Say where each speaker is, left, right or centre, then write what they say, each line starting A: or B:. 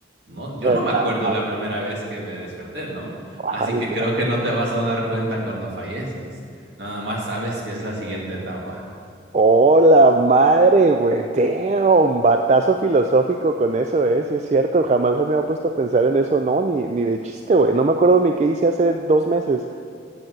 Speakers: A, on the right; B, on the right.
A: no, yo
B: Eh,
A: no me acuerdo la primera vez que me desperté, ¿no?
B: ojalá.
A: Así que creo que no te vas a dar cuenta cuando fallezas. Nada más sabes que es la siguiente etapa.
B: Hola, madre, güey. Damn, batazo filosófico con eso, ¿eh? Sí es cierto, jamás me había puesto a pensar en eso, no, ni, ni de chiste, güey. No me acuerdo ni qué hice hace dos meses.